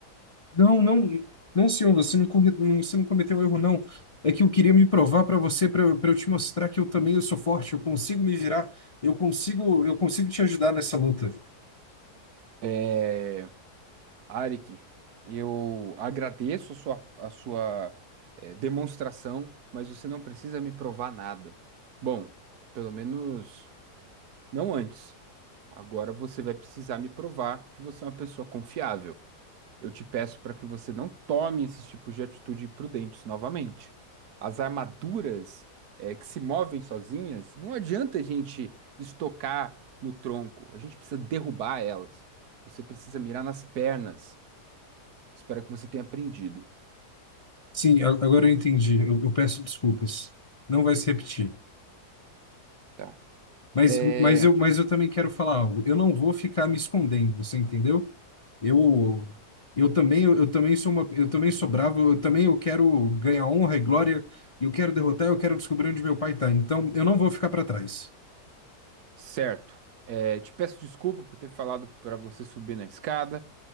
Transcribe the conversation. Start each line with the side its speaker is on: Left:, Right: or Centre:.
Left: Não, não, não, senhor, você não, corre- não- você não cometeu erro, não. É que eu queria me provar para você, para eu te mostrar que eu também eu sou forte, eu consigo me virar, eu consigo, eu consigo te ajudar nessa luta.
Right: É, Arik, eu agradeço a sua, a sua, é, demonstração, mas você não precisa me provar nada. Bom, pelo menos não antes. Agora você vai precisar me provar que você é uma pessoa confiável. Eu te peço para que você não tome esses tipos de atitude imprudentes novamente. As armaduras, eh, que se movem sozinhas, não adianta a gente estocar no tronco. A gente precisa derrubar elas. Você precisa mirar nas pernas. Espero que você tenha aprendido,
Left: Sim, a- agora eu entendi. Eu, eu peço desculpas. Não vai se repetir.
Right: tá?
Left: Mas,
Right: É,
Left: mas, eu, mas eu também quero falar algo. Eu não vou ficar me escondendo, você entendeu? Eu, eu também, eu, também sou uma, eu também sou bravo, eu também eu quero ganhar honra e glória, eu quero derrotar, eu quero descobrir onde meu pai tá. Então, eu não vou ficar para trás.
Right: certo. Eh, te peço desculpa por ter falado para você subir na escada.